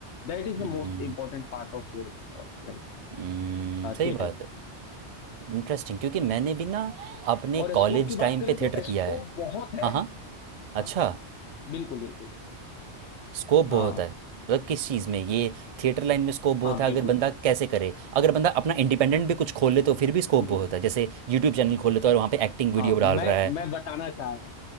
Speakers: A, on the left (about 75°); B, on the right (about 45°).
A: That is
B: हम्म,
A: the most important part of your life
B: हम्म, सही
A: theatre
B: बात है इंटरेस्टिंग क्योंकि मैंने भी ना अपने
A: और
B: कॉलेज
A: स्कोप की बात
B: टाइम
A: करें
B: पे
A: तो
B: थिएटर
A: स्कोप
B: किया है
A: बहुत है
B: हाँ हाँ अच्छा
A: हाँ बिल्कुल बिल्कुल
B: स्कोप
A: हाँ
B: बहुत है मतलब किस चीज़ में ये थिएटर लाइन में स्कोप बहुत
A: हाँ
B: है
A: बिल्कुल
B: अगर बंदा कैसे करे अगर बंदा अपना इंडिपेंडेंट भी कुछ खोल ले तो फिर भी स्कोप
A: हम्म,
B: बहुत है जैसे यूट्यूब चैनल खोल लेता है और वहाँ पे एक्टिंग वीडियो
A: हाँ
B: डाल
A: मैं
B: रहा है
A: मैं बताना चाह रहा